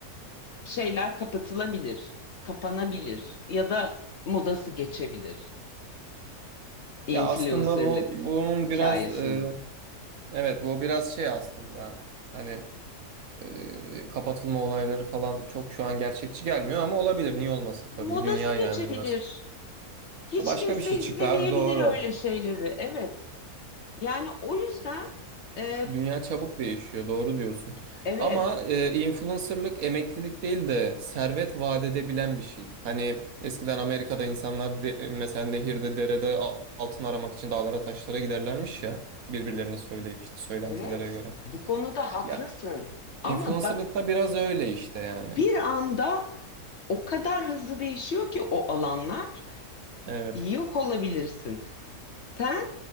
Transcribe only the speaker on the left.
şeyler kapatılabilir, kapanabilir ya da modası geçebilir influencerlık
hikayesinin.
modası
geçebilir.
Hiç
kimse
izlemeyebilir
öyle şeyleri. Evet. Yani o yüzden e,
evet,
evet
bu konuda haklısın.
Ama bak
bir anda o kadar hızlı değişiyor ki o alanlar
yok olabilirsin. Sen